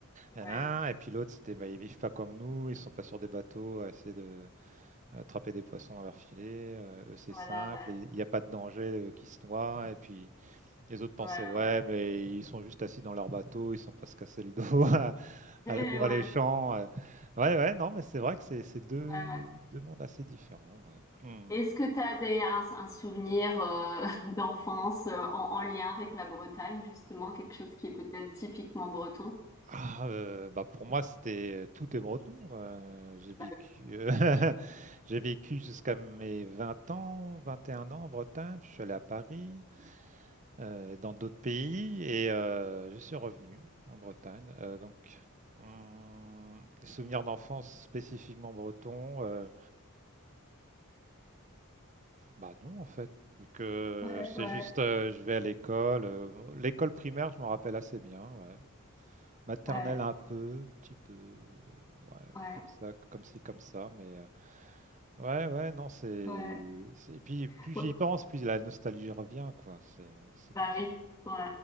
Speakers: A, on the right; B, on the left.
A: nanana.
B: ouais.
A: et puis l'autre, c'était, bah, ils vivent pas comme nous, ils sont pas sur des bateaux, à essayer de, attraper des poissons dans leur filet, euh, eux, c'est
B: Voilà,
A: simple,
B: ouais,
A: il n'y a pas de danger euh, qu'ils se noient. Et puis les autres pensaient,
B: ouais,
A: ouais,
B: ouais, ouais,
A: mais ils sont juste assis dans leur bateau, ils sont pas se casser le dos <laughs> à,
B: <laughs>
A: à labourer
B: ouais,
A: les champs. euh. Ouais, ouais, non, mais c'est vrai que c'est c'est deux,
B: ouais, ouais.
A: deux mondes assez différents. ouais. Hmm.
B: Est-ce que tu as des, un, un souvenir euh, <laughs> d'enfance euh, en, en lien avec la Bretagne, justement, quelque chose qui est peut-être typiquement breton?
A: Ah, euh, bah pour moi, c'était euh, tout est breton. euh, j'ai vécu,
B: Bah,
A: <laughs> j'ai vécu jusqu'à mes 20 ans, 21 ans en Bretagne, puis je suis allé à Paris. euh, dans d'autres pays et euh, je suis revenu en Bretagne. Euh, donc, hum, les souvenirs d'enfance spécifiquement bretons, euh, bah non en fait. Donc, euh,
B: Ouais,
A: c'est
B: ouais,
A: juste, euh, je vais à l'école. euh, l'école primaire, je m'en rappelle assez bien, ouais. Maternelle
B: ouais,
A: un peu, petit peu, euh, ouais,
B: ouais,
A: comme ça, comme ci, comme ça, mais euh, ouais, ouais, non, c'est,
B: ouais.
A: c'est- et puis plus j'y
B: Ouais,
A: pense, plus la nostalgie revient, quoi. C'est, c'est
B: Bah
A: comme.
B: oui, ouais.